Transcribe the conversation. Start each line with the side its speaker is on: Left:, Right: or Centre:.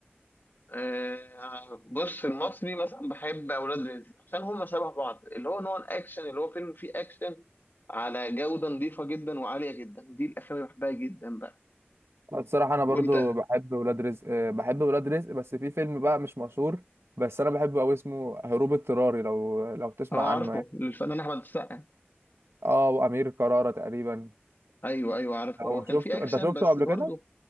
Left: آه، بص المصري مثلا بحب اولاد رزق عشان هما شبه بعض اللي هو نوع الاكشن اللي هو فيلم فيه اكشن على جودة نظيفة جدا وعالية جدا دي الأفلام اللي بحبها جدا بقى
Right: أه، الصراحة أنا برضو
Left: وأنت
Right: بحب ولاد رزق آه، بحب ولاد رزق بس في فيلم بقى مش مشهور بس أنا بحبه أوي اسمه هروب اضطراري لو لو تسمع
Left: أه
Right: عنه
Left: عارفه
Right: يعني
Left: الفنان أحمد السقا
Right: أه وأمير كرارة تقريبا
Left: أيوه أيوه عارفه
Right: لو
Left: هو كان
Right: شفته
Left: في أكشن
Right: أنت شفته
Left: بس
Right: قبل
Left: برضه
Right: كده